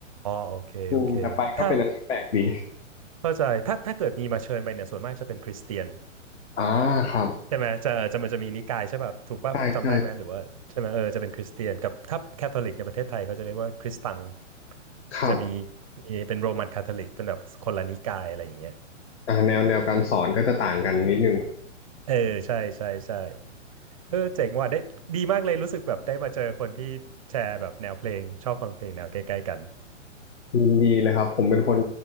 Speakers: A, on the right; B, on the left.
A: โอเคโอเคถ้า
B: อืมแต่ไปก็เป็นอะไรที่แปลกดี
A: เข้าใจถ้าถ้าเกิดมีมาเชิญไปเนี่ยส่วนมากจะเป็นคริสเตียน
B: อ่าครับ
A: ใช่ไหมจะเออจะมันจะมีนิกายใช่ป่ะถูกว่าจำได้ไหมหรือว่าใช่ไหมเออจะเป็นคริสเตียนกับถ้าแคทอลิกในประเทศไทยเขาจะเรียกว่าคริสตัง
B: ใช่ใช่ครับ
A: จะมีมีเป็นโรมันคาทอลิกเป็นแบบคนละนิกายอะไรอย่างเงี้ย
B: อ่าแนวแนวการสอนก็จะต่างกันนิดนึง
A: เออใช่ใช่ใช่เออเจ๋งว่ะได้ดีมากเลยรู้สึกแบบได้มาเจอคนที่แชร์แบบแนวเพลงชอบฟังเพลงแนวใกล้ๆกัน
B: ยินดีเลยครับผมเป็นคน